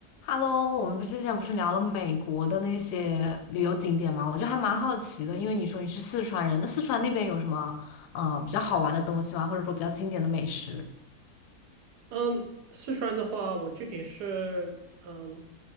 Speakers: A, on the left (about 80°); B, on the right (about 80°).
A: Hello，我们不是之前不是聊了美国的那些旅游景点吗？我就还蛮好奇的，因为你说你是四川人，那四川那边有什么呃比较好玩的东西吗？或者说比较经典的美食？
B: 嗯，四川的话，我具体是，嗯，